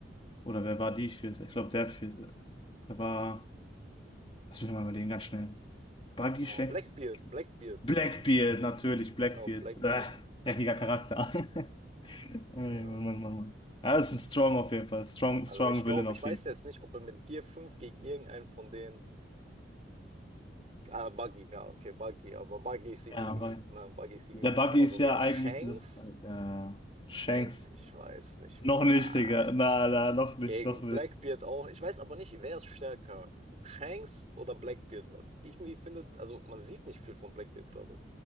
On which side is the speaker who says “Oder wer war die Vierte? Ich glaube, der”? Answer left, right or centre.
Left